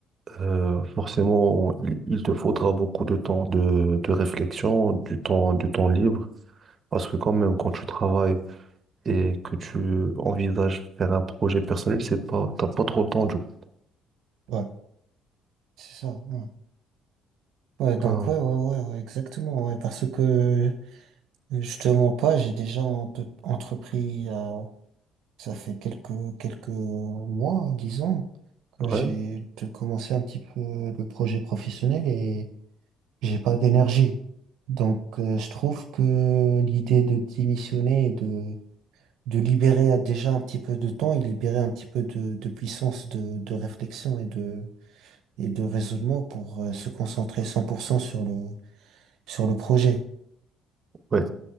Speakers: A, on the right; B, on the right.
A: euh, forcément, il, il te faudra beaucoup de temps de, de réflexion, du temps, du temps libre. Parce que quand même, quand tu travailles et que tu envisages faire un projet personnel, c'est pas, t'as pas trop le temps du coup.
B: Ouais, c'est ça. Ouais. Ouais, donc
A: Ah,
B: ouais, ouais, ouais, ouais, exactement, ouais, parce que je te mens pas, j'ai déjà entre- entrepris Ça fait quelques, quelques mois, disons, que
A: ouais,
B: j'ai de- commencé un petit peu le projet professionnel et j'ai pas d'énergie. Donc, euh, je trouve que l'idée de démissionner et de, de libérer euh, déjà un petit peu de temps et libérer un petit peu de, de puissance de, de réflexion et de, et de raisonnement pour euh, se concentrer 100% sur le, sur le projet.
A: ouais.